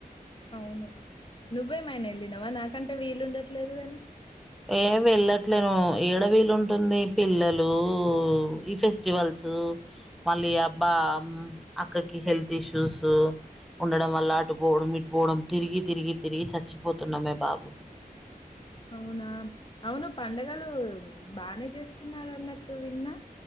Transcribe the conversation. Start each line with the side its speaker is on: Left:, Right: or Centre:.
Left: అవును నువ్వేమయిన వెళ్ళినావ నాకంటే వీలు ఉండట్లేదు గాని
Centre: ఏ వెళ్ళట్లేను ఏడ వీలు ఉంటుంది పిల్లలు ఈ ఫెస్టివల్స్ మళ్ళీ అబ్బా అక్కకి హెల్త్ ఇష్యూస్ ఉండడం వల్ల అటు పోవడం ఇటుపోవడం తిరిగి తిరిగి తిరిగి చచ్చిపోతున్నామే బాబు
Left: అవునా అవును పండుగలు బానే చేసుకున్నారు అన్నట్టు విన్నా